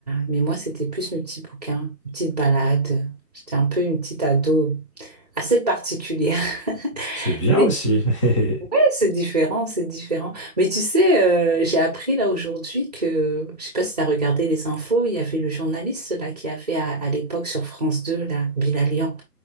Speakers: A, on the right; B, on the left.
A: mais moi, c'était plus mes petits bouquins, mes petites balades. J'étais un peu une petite ado assez particulière.
B: C'est
A: <laughs>
B: bien
A: Mais
B: aussi. <laughs>
A: Ouais, c'est différent, c'est différent. Mais tu sais, euh, j'ai appris là aujourd'hui que, je sais pas si tu as regardé les infos, il y avait le journaliste là qui avait à, à l'époque sur France 2 là, Bilalian.